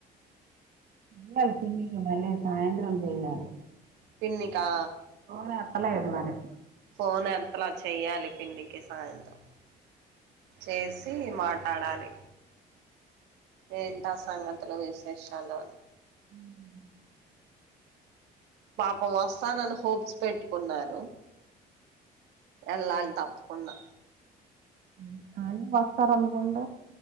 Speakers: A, on the right (about 60°); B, on the right (about 80°).
A: ఇ పన్నకి మళ్ళీ సాయంత్రం చెయాలి
B: పిన్నికా
A: ఫోన్ ఎథాలేదు మరి
B: ఫోన్ ఎంతలా చెయ్యాలి పిన్నికి సాయంత్రం చేసి మాట్లాడాలి ఏంటా సంగతులు విశేషల్లో అని
A: ఉమ్
B: పాప మస్తా నన్న హోప్ పెట్టుకున్నారు ఎలా తప్పు ఉన్నా
A: ఉమ్ అని వస్తారు అనుకుంట